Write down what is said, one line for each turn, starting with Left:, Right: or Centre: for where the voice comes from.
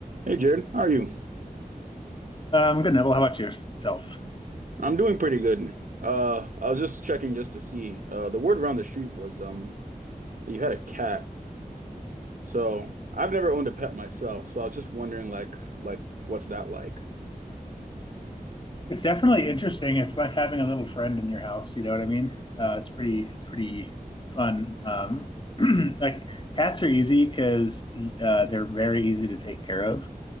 Right: Hey Jared, how are you?
Left: Um, good, Neville. How about yourself?
Right: I'm doing pretty good. Uh, I was just checking just to see. Uh, the word around the street was um that you had a cat. So I've never owned a pet myself, so I was just wondering like like what's that like?
Left: It's definitely interesting. It's like having a little friend in your house. You know what I mean? Uh, it's pretty. It's pretty fun. Um, <clears throat> like cats are easy because uh, they're very easy to take care of.